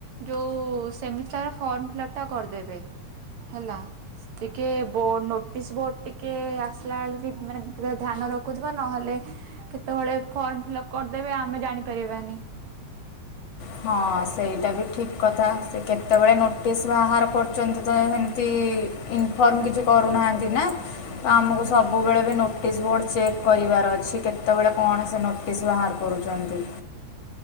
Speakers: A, on the right (about 65°); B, on the left (about 55°).
A: ଯୋଉ ସେମିଷ୍ଟାର ଫର୍ମ ଫିଲପ ଟା କରିଦେବେ ହେଲା। ଟିକେ ବୋ ନୋଟିସି୍ ବୋର୍ଡ ଟିକେ ଆସିଲା ବେଳେ ବି ମାନେ ଧ୍ୟାନ ରଖୁଥିବେ ନହେଲେ କେତେବେଳେ ଫର୍ମ ଫିଲ୍ଅପ କରିଦେବେ ଆମେ ଜାଣି ପାରିବାନି।
B: ହଁ ସେଇଟା ବି ଠିକି୍ କଥା ସେ କେତେବେଳେ ନୋଟିସି୍ ବାହାର କରୁଚନ୍ତି ତ ଏମିତି ଇନିଫର୍ମ କିଛି କରୁନାହାନ୍ତି ନା ତ ଆମକୁ ସବୁବେଳେ ବି ନୋଟିସି୍ ବୋର୍ଡ ଚେକେ୍ କରିବାର ଅଛି କେତେବେଳେ କଣ ସେ ନୋ ସ ବାହାର କରୁଚନ୍ତି।